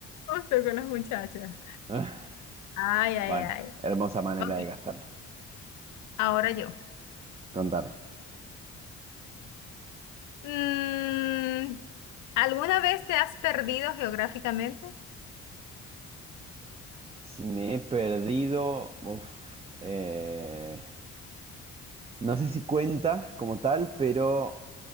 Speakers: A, on the left; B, on the right.
A: Justo con las muchachas.
B: Ah,
A: Ay, ay,
B: Bueno,
A: ay.
B: hermosa manera
A: Ok,
B: de gastarlo.
A: ahora yo.
B: Contame.
A: Mm, ¿alguna vez te has perdido geográficamente?
B: Si me he perdido, uf, eh, no sé si cuenta como tal, pero